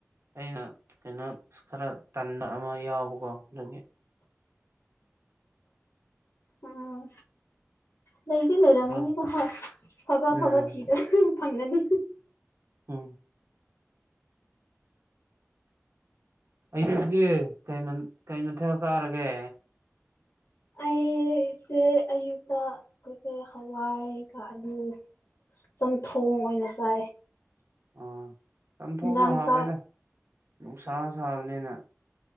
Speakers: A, on the right; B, on the left.
A: ꯑꯩꯅ ꯀꯩꯅꯣ ꯈꯔ ꯇꯟꯕ ꯑꯃ ꯌꯥꯎꯕꯀꯣ ꯑꯗꯨꯒꯤ
B: ꯎꯝ ꯂꯩꯒꯦ ꯂꯩꯔꯝꯅꯤꯅ
A: ꯈꯔ
B: ꯑꯕ
A: ꯎꯝ
B: ꯑꯐꯕ ꯊꯤꯗꯁꯨ ꯑꯗꯨ ꯐꯪꯒꯅꯤ
A: ꯑꯣ ꯑꯌꯨꯗꯤ ꯀꯩ ꯃꯊꯦꯜ ꯇꯥꯔꯒꯦ
B: ꯑꯩꯁꯦ ꯑꯌꯨꯛꯇ ꯑꯩꯈꯣꯏꯁꯦ ꯍꯋꯥꯏ ꯑꯥꯂꯨ ꯆꯝꯊꯣꯡ ꯑꯣꯏꯅ ꯆꯥꯏ
A: ꯑ ꯆꯥꯝꯊꯣꯛꯅ
B: ꯏꯟꯖꯥꯡ
A: ꯍꯥꯎꯑꯣꯏꯅ
B: ꯆꯥꯛ
A: ꯎꯁꯥ ꯁꯥꯕꯅꯦꯅ